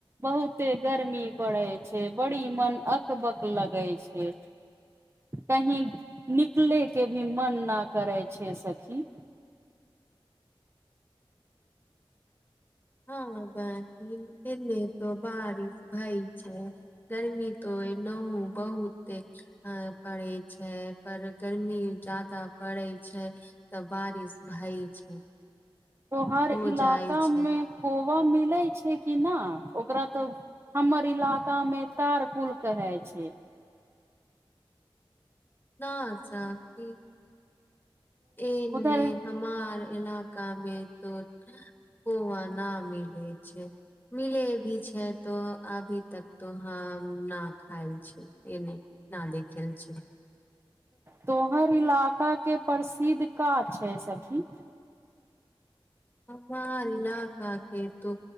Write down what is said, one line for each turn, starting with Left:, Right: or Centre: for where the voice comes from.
Right: बहुते गर्मी पड़ै छै बड़ी मन अकबकऽ लगे छै। कही निकलेके भी मान नहि करै छै सखी।
Left: हँ बहि एमे तऽ बारिश भाई छै गरमी त। नहु बहुत। पड़ैत छै पर गर्मी जादा पड़ैत छै। तऽ बारिश भए छै।
Right: तो हर
Left: हो
Right: इलाका
Left: जाइ छै ह
Right: मे कौआ मिलै छै कि ना ओकरा तऽ। हमर इलाका मे तारकून कहे छै।
Left: न छै साकी ए
Right: उधर
Left: ने। हमार इलाकामे तऽ कौआ ना मिले छै। मिले भी छै तो अभी तक तो हैं नै खायएल छै ए नहि। नै देख छै।
Right: तोहर इलाका के प्रसिद्ध कऽ छै सखी।
Left: हमार इलाका के तऽ